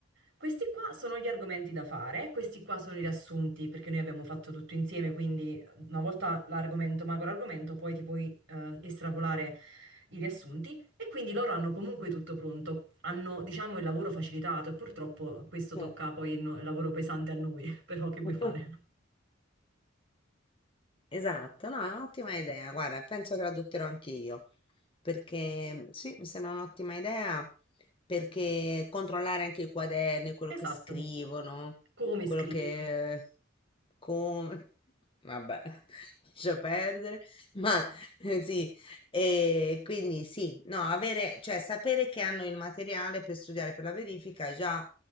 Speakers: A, on the right (about 65°); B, on the left (about 25°).
A: questi qua sono gli argomenti da fare, questi qua sono i riassunti, perché noi abbiamo fatto tutto insieme, quindi una volta l'argomento, macro argomento, poi ti puoi eh, estrapolare i riassunti e quindi loro hanno comunque tutto pronto, hanno diciamo il lavoro facilitato e purtroppo questo
B: Eh.
A: tocca poi il, no- il lavoro pesante a noi, <laughs> però che vuoi
B: <laughs>
A: fare?
B: Esatto, no, è un'ottima idea. Guarda, penso che la adotterò anch'io, perché sì, mi sembra un'ottima idea, perché controllare anche i quaderni, quello
A: Esatto,
B: che scrivono,
A: come
B: quello
A: scrivi.
B: che... come... <laughs> Vabbè, <laughs> lascia perdere. Ma eh, sì, e quindi sì, no, avere, cioè sapere che hanno il materiale per studiare per la verifica già